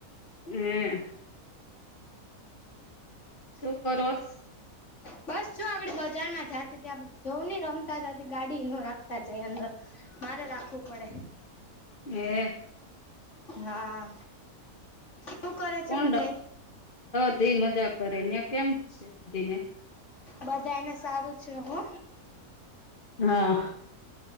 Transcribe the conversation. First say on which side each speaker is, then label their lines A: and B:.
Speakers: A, on the left; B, on the left.
A: <unintelligible> શું કરો સ?
B: બસ જો આપડે બજાર માં જાતી ત્યાં જવું નને રમતા જતી ગાડી ન રાખતા જાય અંદર. મારે રાખવું પડે.
A: હે,
B: હા, શું કરે છે
A: કોણ
B: બધા?
A: બધી મજાક કરે, ને કેમ છે બધી ને?
B: બધા એને સારું... છે હો
A: હા,